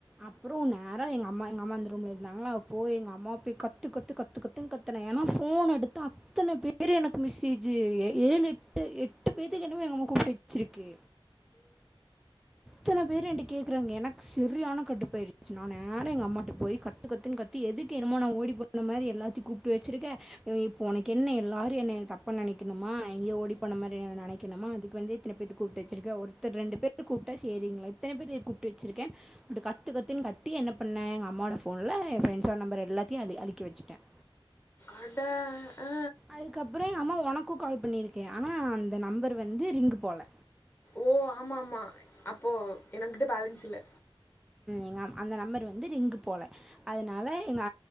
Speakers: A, in the centre; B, on the left.
A: அப்றோ நேரா எங்க அம்மா எங்க அம்மா அந்த ரூம்ல இருந்தாங்களா போய் எங்க அம்மாவ போய் கத்து கத்து கத்துனு கத்துனேன் ஏன்னா போன் எடுத்து அத்தன பேரு எனக்கு மெசேஜு ஏழு எட்டு பேத்துக்கு என்னமோ எங்க அம்மா கூப்பிட்டு வச்சிருக்கு அத்தன பேரு என்ட கேக்குறாங்க எனக்கு சரியான கடுப்பு ஆயிடுச்சு நா நேர எங்க அம்மாகிட்ட போய் கத்து கத்துனு கத்தி எதுக்கு என்னமோ நா ஓடி பண்ண மாரி எல்லாத்தையும் கூப்பிட்டு வச்சிருக்க இப்ப உனக்கு என்ன எல்லாரும் என்னய தப்பா நெனைக்கணுமா நா எங்கயோ ஓடி போன மாரி நெனைக்கணுமா அதுக்கு வந்து இத்தன பேத்து கூப்பிட்டு வச்சிருக்க ஒருத்தர் ரெண்டு பே ர் கூப்பிட்டா சரிங்களா இத்தன பேர் ஏ கூப்பிட்டு வச்சிருக்க கத்து கத்துனு கத்தி என்ன பண்ணே எங்க அம்மாவோட போன்ல என் ஃப்ரெண்ட்ஸோட நம்பர் எல்லாத்தையும் அழி அழிக்க வச்சிட்டன்
B: அட ஆ
A: அதுக்கப்றோ எங்க அம்மா உனக் கு கால் பண்ணியிருக்கு ஆனா அந்த நம்பர் வந்து ரிங்க் போல
B: ஓ ஆமா ஆமா அப் போ எனக்கிட்ட பேலன்ஸ் இல்ல
A: எங்க அம் அந்த நம்பர் வந்து ரிங்கு போல அதனால எங்க